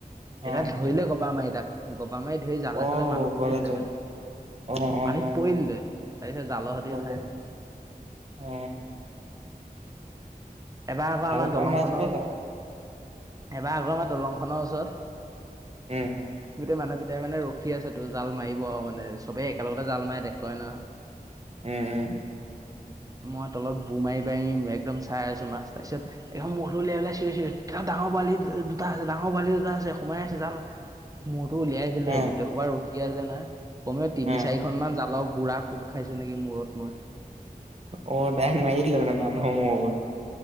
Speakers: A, on the right; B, on the right.
A: দেতা
B: অ
A: ধৰিলে গবা মাৰি তাক গবা মাৰি ধৰি জালে
B: অ
A: চালে মানুহ
B: ওপৰলৈ
A: পৰি দিলে
B: যোৱা
A: পান্ধীত
B: অ অ
A: পানীত পৰিলে
B: অ
A: তাৰপিছত জালৰ সতি
B: গম
A: উঠাই আনিলে-
B: অ,
A: এবাৰ আকৌ
B: ভাল
A: আমাৰ দলং
B: পাম মাছ
A: খনৰ
B: মাৰি থাকা
A: এবাৰ আগৰ আমাৰ দলং খনৰ ওচৰত
B: উম
A: গোটেই মানুহেই এ মানে ৰখি আছে তো জাল মাৰিব মানে চবেই একেলগতে জাল মাৰে দেখুৱাই ন
B: উম, উম,
A: মই তলত বু মাৰি বাৰি একদম চাই আছো মাছ তাৰ পিছত এখন মৰু উলিয়াইেলাই চিৰি এ ডাঙৰ বোৱালি দুটা আছে ডাঙৰ পোৱালি দুটা আছে সোমাই আছে াল মূৰতো উলিয়াইছিলো
B: উম
A: গোটেই খোবাৰ উ আছে নাই কমেও তিনি
B: অ অ
A: চাৰিখন মান জালৰ গুড়া কোব খাইছো নেকি মূৰত ই
B: অ ডাইৰেক্ট মাৰি দিলে মানে মানুহৰ মূৰৰ ওপৰতে